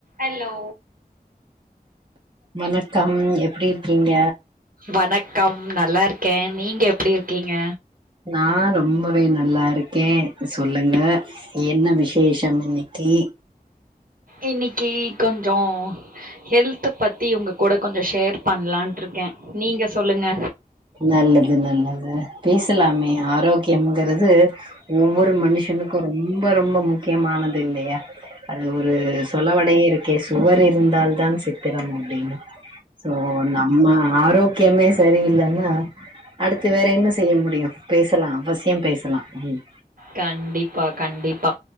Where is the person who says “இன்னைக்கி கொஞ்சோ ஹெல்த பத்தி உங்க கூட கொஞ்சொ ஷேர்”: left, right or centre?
Right